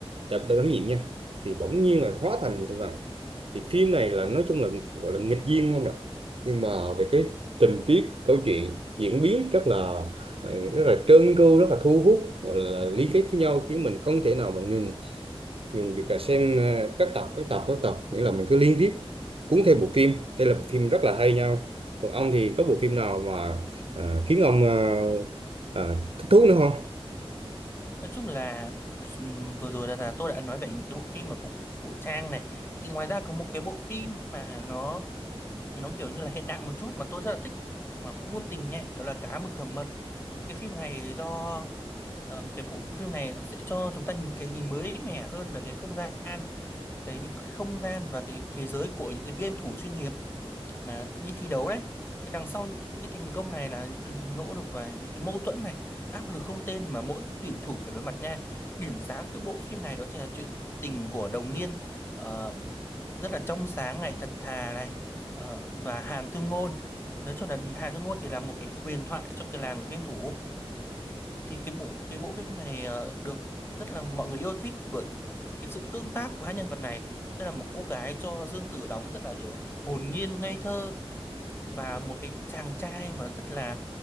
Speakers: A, on the right; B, on the left.
A: đã, đã đảm nhiệm nha thì bỗng nhiên là hóa thành thượng hoàng thì phim này là nói chung là gọi là nghịch duyên không ạ nhưng mà về cái tình tiết câu chuyện diễn biến rất là ờ, rất là trơn tru rất là thu hút gọi là lý kết với nhau khiến mình không thể nào mà ngừng nhưng việc là xem ờ, các tập các tập các tập nghĩa là mình cứ liên tiếp cuốn theo bộ phim đây là bộ phim rất là hay nhau còn ông thì có bộ phim nào mà ờ, khiến ông ờ, ờ, thích thú nữa không
B: nói chung là ừm, vừa rồi là, là tôi đã nói về những cái bộ phim mà của, của Trang này thì ngoài ra có một cái bộ phim mà nó nó kiểu như là hiện đại một chút mà tôi rất là thích mà cũng ngôn tình nha đó là Cá Mực Hầm Mật cái phim này do Ờ, cái bộ phim này sẽ cho chúng ta nhìn cái nhìn mới mẻ hơn về cái không gian cái không gian và cái thế giới của những cái game thủ chuyên nghiệp mà đi thi đấu đấy thì đằng sau những cái thành công này là những cái nỗ lực và những cái mâu thuẫn này áp lực không tên mà mỗi tuyển thủ phải đối mặt nha điểm sáng cái bộ phim này đó chính là chuyện tình của đồng niên ờ, rất là trong sáng này thật thà này ờ, và Hàn Thương Ngôn nói chung là Hàn Thương Ngôn thì là một cái huyền thoại trong cái làng game thủ thì cái bộ cái bộ phim này ờ, được rất là mọi người yêu thích bởi cái sự tương tác của hai nhân vật này tức là một cô gái cho Dương Tử đóng rất là kiểu hồn nhiên ngây thơ và một cái chàng trai mà rất là